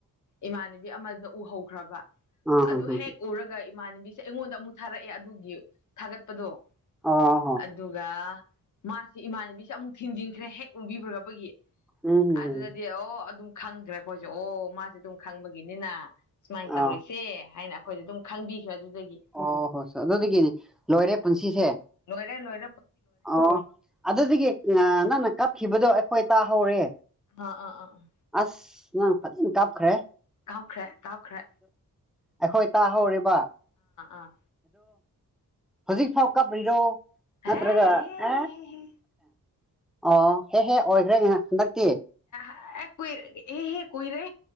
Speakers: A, on the left; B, in the centre.
A: ꯏꯃꯥꯟꯅꯕꯤ ꯑꯃꯅ ꯎꯍꯧꯈ꯭ꯔꯕ
B: ꯎ ꯍꯝ
A: ꯑꯗꯨ ꯍꯦꯛ
B: ꯍꯝ
A: ꯎꯔꯒ ꯏꯃꯥꯟꯅꯕꯤꯁꯦ ꯑꯩꯉꯣꯟꯗ ꯑꯃꯨꯛ ꯊꯥꯔꯛꯑꯦ ꯑꯗꯨꯒꯤ ꯊꯥꯒꯠꯄꯗꯣ
B: ꯑ ꯍ ꯑ ꯍꯣ
A: ꯑꯗꯨꯒ ꯃꯥꯁꯤ ꯏꯃꯥꯟꯅꯕꯤꯁꯦ ꯑꯃꯨꯛ ꯊꯤꯡꯖꯤꯟꯈ꯭ꯔꯦ ꯍꯦꯛ ꯎꯕꯤꯔꯨꯔꯕꯒꯤ꯫
B: ꯎꯝ
A: ꯑꯗꯨꯗꯗꯤ
B: ꯎꯝ ꯎꯝ
A: ꯑꯣ ꯑꯗꯨꯝ ꯈꯪꯒꯔꯦ ꯑꯩꯈꯣꯏꯁꯨ ꯑꯣ ꯃꯥꯁꯦ ꯑꯗꯨꯝ ꯈꯪꯕꯒꯤꯅꯤꯅ꯫ ꯁꯨꯃꯥꯏ ꯇꯧꯔꯤꯁꯦ
B: ꯑ
A: ꯍꯥꯏꯅ꯫ ꯑꯩꯈꯣꯏꯁꯦ ꯑꯗꯨꯝ ꯈꯪꯕꯤꯈ꯭ꯔꯦ ꯑꯗꯨꯗꯒꯤ
B: ꯑꯣ ꯍꯣꯏ ꯑꯗꯨꯗꯒꯤꯅꯤ ꯂꯣꯏꯔꯦ ꯄꯨꯟꯁꯤꯁꯦ꯫
A: ꯂꯣꯏꯔꯦ-ꯂꯣꯏꯔꯦ꯫
B: ꯑꯣ ꯑꯗꯨꯗꯒꯤ ꯅꯪꯅ ꯀꯞꯈꯤꯕꯗꯣ ꯑꯩꯈꯣꯏ ꯇꯥꯍꯧꯔꯦ꯫
A: ꯑꯥ ꯑꯥ ꯑꯥ ꯑꯥ
B: ꯑꯁ ꯅꯪ ꯑꯗꯨꯝ ꯀꯞꯈ꯭ꯔꯦ꯫
A: ꯀꯞꯈ꯭ꯔꯦ-ꯀꯞꯈ꯭ꯔꯦ꯫
B: ꯑꯩꯈꯣꯏ ꯇꯥꯍꯧꯔꯦꯕ꯫
A: ꯑꯥ
B: ꯍꯧꯖꯤꯛꯐꯥꯎ ꯀꯞꯄꯤꯔꯣ
A: ꯍꯦ
B: ꯅꯠꯇ꯭ꯔꯒ
A: ꯍꯦ
B: ꯑꯦꯡ꯫
A: ꯍꯦ ꯍꯦ ꯍꯦ
B: ꯑꯣ ꯍꯦ-ꯍꯦ ꯑꯣꯏꯈ꯭ꯔꯦ ꯍꯟꯗꯛꯇꯤ꯫
A: ꯑꯦ ꯀꯨꯏꯔꯦ ꯍꯦ-ꯍꯦ ꯀꯨꯏꯔꯦ꯫